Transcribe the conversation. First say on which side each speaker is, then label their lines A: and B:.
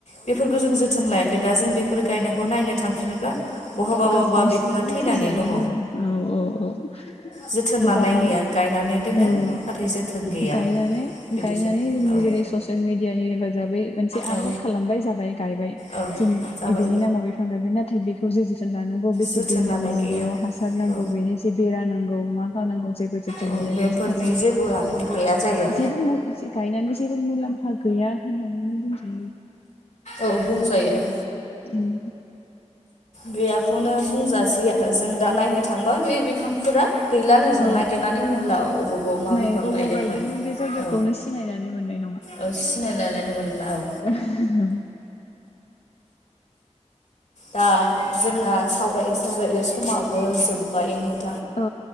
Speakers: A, on the left; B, on the left.
A: बेफोरखौ जों जोथोन लायाखै दा जों बेफोर गायनायखौ नायनो थांफिनोब्ला। बहाबा
B: बांसिनानो
A: बहाबा बिफाङा
B: थैनानै
A: दङ
B: दोङो औ औ औ
A: जोथोन
B: गोबां
A: लानाय गैया गायनानै दोनो
B: औ
A: नाथाय जोथोन गैया
B: गायनानै
A: बिदिजों
B: गायनानै
A: औ।
B: जोंनि जेरै ससियेल मिडियानि हेफाजाबै मोनसे
A: औ
B: आपलद खालामबाय जाबाय गायबाय
A: औ
B: जों
A: जाबाय
B: एबेनि नामाव बिफां गायबाय नाथाय बेखौ जो थोन लानांगौ बेसे
A: जोथोन
B: दै
A: लानाय
B: नांगौ
A: गैया
B: बेयाव हासार नांगौ
A: औ
B: बेनि जे बेरा नांगौ मा नांगौ जेबो जोथोन
A: औ
B: गैया
A: बेफोरनि
B: बेनि थाखाय
A: जेबोआनो गैया जायो
B: जे जेबो मु गायनानैबो जेबो मुलाम्फा मुलाम्फा गैया होननानैनो बुंजायो।
A: औ बुंजायो।
B: उम
A: गैयाखौनो बुंजासै आरो जों दा नायनो थांबा बे बिफांफोरा गैलानो जों
B: औ
A: नागिरनानै मोनला अबेबाव मा
B: नाय
A: बिफां
B: अबाव
A: गायदोंमोन
B: बे जायगाखौनो
A: औ।
B: सिनायनानै मोननाय
A: औ सिनायलायनानो मोनला औ।
B: ओहहोम
A: दा जोंना सावरायै-सावरायै समाबो जोबबाय नो।
B: औ